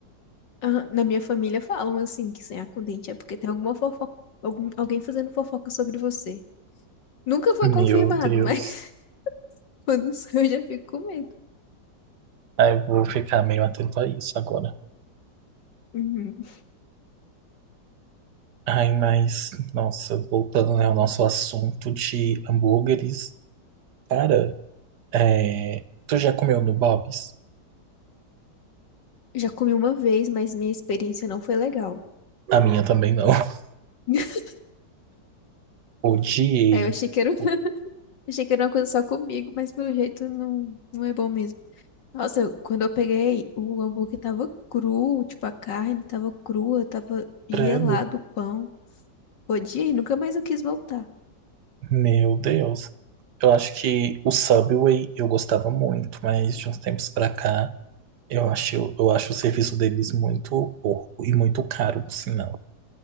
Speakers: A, on the left; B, on the right.
A: Ah, na minha família falam assim que sonhar com dente é porque tem alguma fofoca, algum, alguém fazendo fofoca sobre você. Nunca foi
B: Meu
A: confirmado,
B: Deus.
A: mas <laughs> quando sonho eu já fico com medo.
B: Aí eu vou ficar meio atento a isso agora.
A: Uhum.
B: Ai, mas, nossa, voltando, né, ao nosso assunto de hambúrgueres, cara, é... Tu já comeu no Bob's?
A: Já comi uma vez, mas minha experiência não foi legal.
B: A minha também não. <laughs>
A: <laughs>
B: Odiei.
A: Aí eu achei que era, <laughs>
B: O
A: achei que era uma coisa só comigo, mas pelo jeito não, não é bom mesmo. Nossa, quando eu peguei, o hambúrguer tava cru, tipo, a carne tava crua, tava gelado
B: Credo.
A: o pão. Odiei, nunca mais eu quis voltar.
B: Meu Deus. Eu acho que o Subway eu gostava muito, mas de uns tempos pra cá eu acho, eu acho o serviço deles muito porco e muito caro, por sinal.